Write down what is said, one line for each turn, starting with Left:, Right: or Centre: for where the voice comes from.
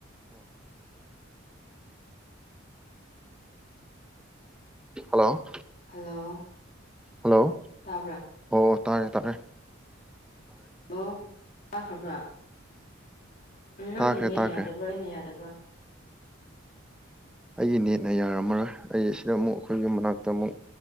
Centre: hello
Left: hello
Centre: hello
Left: ꯇꯥꯕ꯭ꯔ
Centre: ꯑꯣ ꯇꯥꯔꯦ-ꯇꯥꯔꯦ
Left: ꯍꯜꯂꯣ ꯇꯥꯈ꯭ꯔꯕ꯭ꯔꯥ ꯅꯪꯒꯤ
Centre: ꯇꯥꯈ꯭ꯔꯦ
Left: ꯅꯦꯠ
Centre: ꯇꯥꯈ꯭ꯔꯦ
Left: ꯌꯥꯗꯕ꯭ꯔꯥ ꯑꯩꯅ ꯌꯥꯗꯕ꯭ꯔꯥ
Centre: ꯑꯩꯒꯤ ꯅꯦꯠꯅ ꯌꯥꯔꯝꯃꯔꯣꯏ ꯑꯩ ꯑꯁꯤꯗ ꯑꯃꯨꯛ ꯑꯩꯈꯣꯏꯒꯤ ꯃꯅꯥꯛꯇ ꯑꯃꯨꯛ